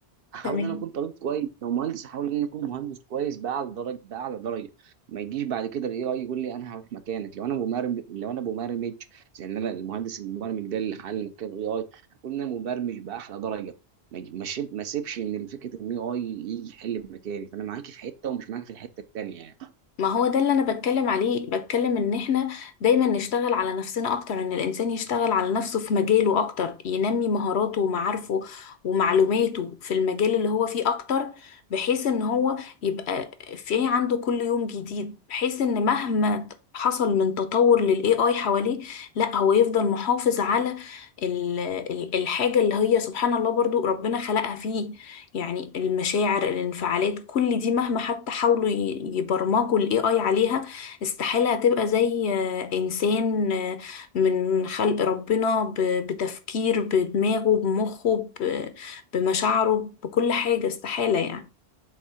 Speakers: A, on the right (about 65°); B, on the left (about 80°).
A: احاول
B: تمام
A: ان انا اكون طبيب كويس لو مهندس احاول ان انا اكون مهندس كويس باعلى درجه باعلى درجه ما يجيش بعد كده الاي اي يقول لي انا هروح مكانك لو انا مبرمج لو انا مبرمج يعني انا المهندس المبرمج ده اللي حل مكان الاي اي اكون انا مبرمج باحلى درجه ما يجي- ما شيب- ما سيبش ان فكره ان الاي اي يجي يحل مكاني فانا معاكي في حته ومش معاكي في الحته التانيه يعني
B: ما هو ده اللي انا بتكلم عليه بتكلم ان احنا دايما نشتغل على نفسنا اكتر ان الانسان يشتغل على نفسه في مجاله اكتر ينمي مهاراته ومعارفه ومعلوماته في المجال اللي هو فيه اكتر بحيث ان هو يبقى في عنده كل يوم جديد بحيث ان مهما حصل من تطور للاي اي حواليه لا هو يفضل محافظ على ال- ال- الحاجة اللي هي سبحان الله برضو ربنا خلقها فيه يعني المشاعر الانفعالات كل دي مهما حتى حاولوا ي- يبرمجوا الاي اي عليها استحالة هتبقى زي آه، انسان آه، من خلق ربنا ب- بتفكير بدماغه بمخه ب- بمشاعره بكل حاجة استحالة يعني